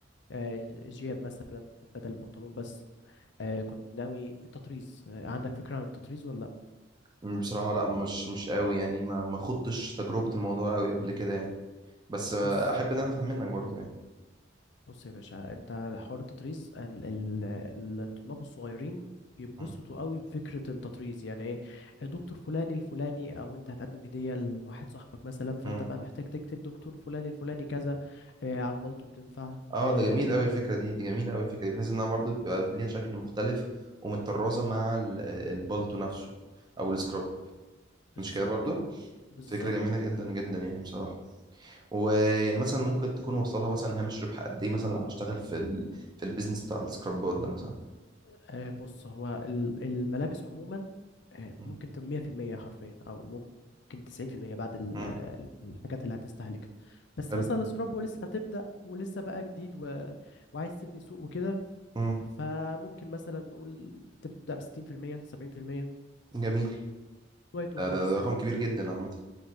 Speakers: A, on the left; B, on the right.
A: آه، جياب مثلا بدل البنطلون بس آه، كنت ناوي التطريز آه، عندك فكرة عن التطريز ولا لأ؟
B: مم، بصراحة لا مش مش قوي يعني ما ما خضتش تجربة الموضوع قوي قبل كده يعني بس آه،
A: بص
B: احب ان انا افهم منك برضو يعني
A: بص يا باشا انت حوار التطريز ال- ال- الطلاب الصغيرين بيتبسطوا
B: مم،
A: قوي بفكرة التطريز يعني ايه دكتور فلاني الفلاني او انت هتقدم هدية لواحد صاحبك مثلا فانت
B: مم.
A: بقى محتاج تكتب دكتور فلاني الفلاني كذا اه على البلطو بتنفع
B: اه
A: اه
B: ده جميل قوي الفكرة دي دي جميلة قوي الفكرة دي بحيث انها برضو بيبقى ليها شكل مختلف ومتطرزة مع ال- البالتو نفسه او السكراب
A: بالظبط
B: مش كده برضو
A: و- بالظبط
B: فكرة جميلة جدا جدا يعني بصراحة ويعني مثلا ممكن تكون واصلة مثلا هامش ربح قد ايه مثلا لو هشتغل في ال... في البيزنس بتاع السكرابات ده مثلا
A: آه، بص هو ال- الملابس عموما آه،
B: مم،
A: ممكن تبقى 100% حرفيا او ممكن 90% بعد ال-
B: مم،
A: آه، الحاجات اللي هتستهلكها بس
B: حلو
A: مثلا السكراب ولسه هتبدأ ولسه بقى جديد و... وعايز تبني سوق وكده
B: مم،
A: فممكن مثلا نقول تبدأ ب 60% 70%
B: جميل
A: شوية اوفرز
B: ده, ده, ده رقم كبير جدا عامة